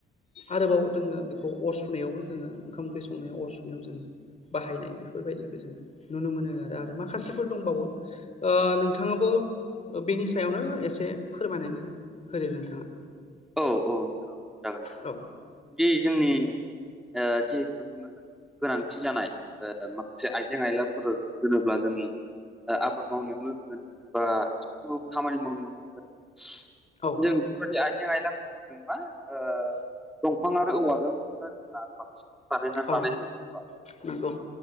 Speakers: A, on the left; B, in the centre.
A: आरोबाव दोङो बेखौ अर सुनायावबो जोङो ओंखाम ओंख्रि संनायाव अर सुनायाव जोङो बाहायनाय बेफोरबायदिखौ जोङो नुनो मोनो आरो आरो माखासेफोर दंबावो ओ नोंथाङाबो बेनि सायावनो एसे फोरमायनानै होदो नोंथाङा
B: औ औ नोंथां औ जागोन जागोन
A: औ
B: बि जोंनि ओ जिहेथु जोङो गोनांथि जानाय ओ माखासे। जे आइजें आयलाफोर होनोब्ला जोंनि आबाद मावनायावनो होन बा जिखुनु खामानि मावनायाव <unintelligible>
A: औ
B: जों बेफोरबायदि आइजें आयला मा ओ दंफां आरो औवाजों <unintelligible> बानायनानै
A: औ
B: लानाय जायो
A: नंगौ